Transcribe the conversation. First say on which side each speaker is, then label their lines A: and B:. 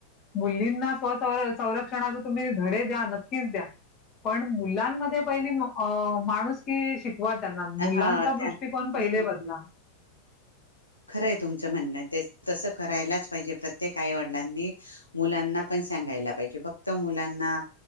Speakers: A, on the left; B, on the left.
A: मुलींना स्व संरक्षणाचे तुम्ही धडे द्या नक्कीच द्या पण मुलांमध्ये पहिली माणूसकी शिक वा त्यांना मुलांचा
B: हा त्या
A: दृष्टिकोन
B: हम्म
A: पहिले बदला
B: खरंय तुमचं म्हणणं ते तसं करायलाच पाहिजे प्रत्येक आईवडिलांनी मुलांना पण सांगायला पाहिजे फक्त मुलांना